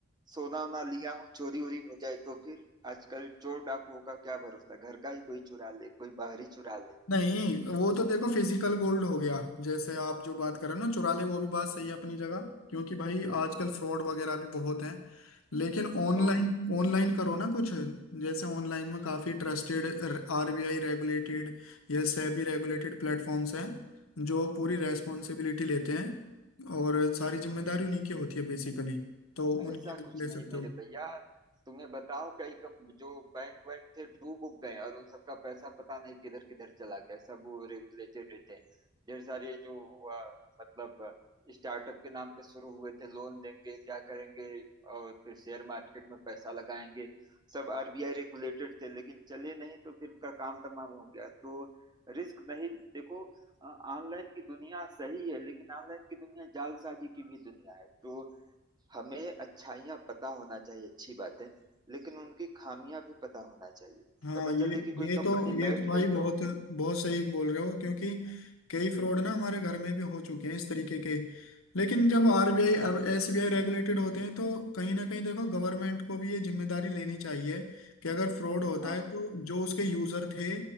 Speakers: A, on the right; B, on the left.
A: सोना वोना लिया हो चोरी वोरी हो जाए तो फिर आजकल चोर डाकुओं का क्या भरोसा घर का ही कोई चुरा ले कोई बाहरी चुरा ले
B: नहीं वो तो देखो फिजिकल गोल्ड हो गया जैसे आप जो बात
A: हम्म,
B: कर रहे हो ना चुरा ले वो भी बात सही है अपनी जगह क्योंकि भाई
A: हम्म।
B: आजकल फ्रॉड वगैरह भी बहुत हैं लेकिन ऑनलाइन
A: हाँ
B: ऑनलाइन करो ना कुछ जैसे ऑनलाइन में काफी ट्रस्टेड आरबीआई रेगुलेटेड या सेबी रेगुलेटेड प्लेटफॉर्म्स हैं जो पूरी रेस्पॉन्सिबिलिटी लेते हैं और सारी जिम्मेदारी उन्हीं की होती है बेसिकली तो उनकी
A: ऐसा
B: हेल्प
A: कुछ
B: ले
A: नहीं
B: सकते
A: मेरे
B: हो
A: भैया तुम्हें बताओ कई कम जो बैंक वैंक थे डूब उब गए और उन सबका पैसा पता नहीं किधर किधर चला गया सब वो रेगुलेटेड रहते हैं ढेर सारे जो अ, मतलब स्टार्टअप के नाम पे शुरू हुए थे लोन देंगे क्या करेंगे और फिर शेयर मार्केट में पैसा लगाएंगे सब आरबीआई रेगुलेटेड थे लेकिन चले नहीं तो फिर उनका काम तमाम हो गया तो रिस्क नहीं देखो ऑनलाइन की दुनिया सही है लेकिन ऑनलाइन की दुनिया जालसाजी की भी दुनिया है तो हमें अच्छाइयाँ पता होना चाहिए अच्छी बात है लेकिन उनकी खामियां भी पता होना चाहिए
B: हाँ
A: पता चले
B: ये
A: कि
B: ये
A: कोई कंपनी
B: तो ये
A: बैठ
B: तो भाई
A: गई
B: बहुत
A: तो
B: बहुत सही बोल रहे हो क्योंकि कई फ्रॉड ना हमारे घर में भी हो चुके हैं इस तरीके के लेकिन जब आरबीआई और एसबीआई रेगुलेटेड होते हैं तो कहीं ना कहीं देखो गवर्नमेंट को भी ये जिम्मेदारी लेनी चाहिए कि अगर फ्रॉड होता
A: हाँ
B: है तो
A: हाँ
B: जो उसके यूजर थे